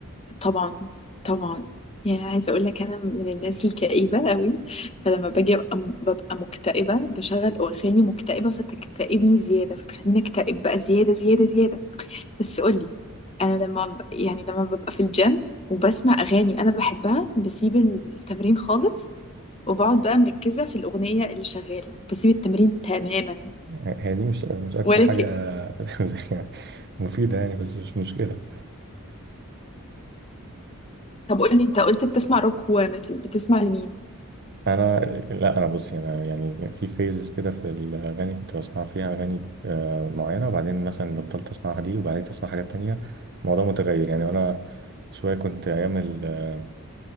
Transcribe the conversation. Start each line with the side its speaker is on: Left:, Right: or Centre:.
Left: طبعا طبعا يعني عايزه اقول لك انا من الناس الكئيبه قوي فلما باجي ابقى ببقى مكتئبه بشغل اغاني مكتئبه فتكتئبني زياده فتخليني اكتئب بقى زياده زياده زياده بس قولي انا لما ب- يعني لما ببقى في الجيم وبسمع اغاني انا بحبها بسيب التمرين خالص وبقعد بقى مركزه في الاغنيه اللي شغاله بسيب التمرين تماما
Right: هي دي مش مش اكتر
Left: ولا
Right: حاجه
Left: ك...
Right: <laughs> زي يعني مفيده يعني بس مش مشكله
Left: طب قولي انت قلت بتسمع روك هو متل بتسمع لمين
Right: انا لا انا بصي انا يعني في فيزز كده في الاغاني كنت بسمع فيها اغاني آه، معينه وبعدين مثلا بطلت اسمعها دي وبعدين اسمع حاجات تانية الموضوع متغير يعني انا شويه كنت ايام ال- آه،